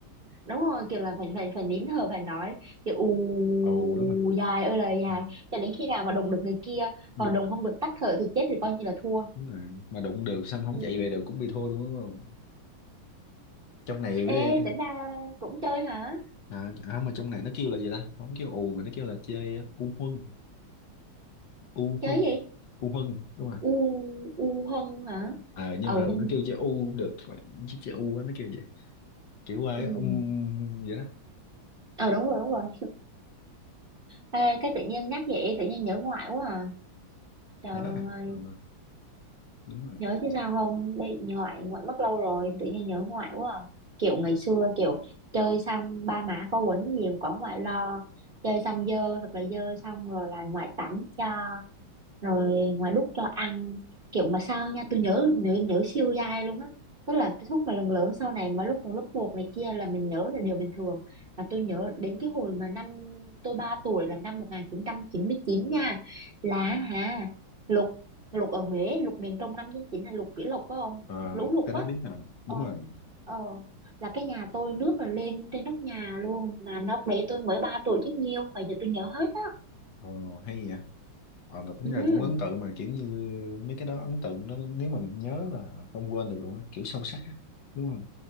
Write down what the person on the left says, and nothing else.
à, ù đúng rồi
Ừ,
đụng
đúng rồi mà đụng được xong không
chạy về được cũng bị thua luôn đúng không trong này với
à, à mà trong này nó kêu là gì ta không kêu ù mà nó kêu là chơi á, u huân u
huân
u huân đúng rồi
ờ nhưng
mà thường
nó kêu chơi u cũng được chứ chơi u á, nó kêu vậy kiểu ai
ông vậy đó
nhớ à
Ờ, đúng rồi
Ờ,
cái
đó biết nè đúng
rồi
Ờ, hay vậy Ờ, mà tính
ra cũng ấn tượng mà kiểu như mấy cái đó ấn tượng đó, nếu mà nhớ là không quên được luôn á kiểu sâu sắc á đúng không